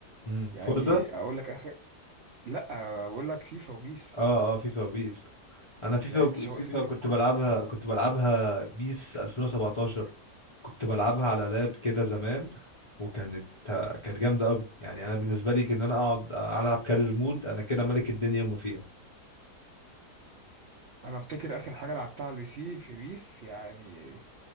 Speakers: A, on the left; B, on the right.
A: امم
B: يعني
A: فورزا
B: اقول لك اخر لا بقول لك فيفا وبيس
A: اه اه فيفا وبيس انا فيفا
B: يعني
A: وب-
B: انت شوقتني
A: فيفا
B: للكوره
A: كنت بلعبها كنت بلعبها بيس 2017 كنت بلعبها على لاب كده زمان وكانت كانت جامده قوي يعني انا بالنسبه لي ان انا اقعد العب كارير مود انا كده ملك الدنيا وما فيها
B: انا افتكر اخر حاجه لعبتها على البي سي في بيس يعني